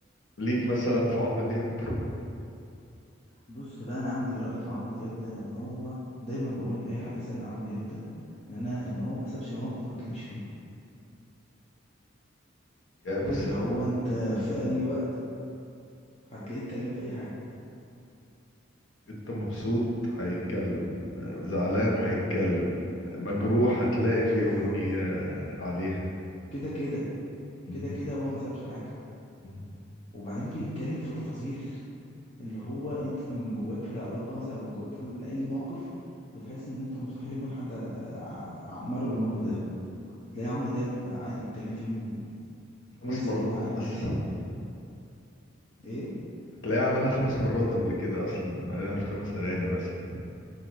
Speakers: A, on the left; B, on the left.
A: ليك مثلا في عمرو دياب
B: بص بقى انا عندي رأي في عمرو دياب ده ان هو دايما بقول لاي حد يسألني عن عمرو دياب ده ان انا ان هو ما سابش موقف ما اتكلمش فيه
A: يعني بص
B: اللي هو انت في اي وقت هتلاقيه اتكلم في اي حاجة
A: انت مبسوط هيتكلم زعلان هيتكلم مجروح هتلاقي في
B: بالظبط
A: أغنية عليها
B: كده كده
A: مم.
B: كده كده هو ما سابش حاجة
A: مم.
B: وبعدين بيتكلم في تفاصيل اللي هو انت من جواك في العلاقة مثلا او من جواك في من اي موقف بتحس ان انت مستحيل يكون حد ع- ع- مر بالموقف ده تلاقي عمرو دياب عادي يتكلم فيه م-
A: خمس
B: نزل
A: مرات
B: اغنية عنها
A: مثلا
B: عادي <laughs> ايه
A: تلاقيه عملها خمس مرات قبل كده أصلا عليها في خمس أغاني مثلا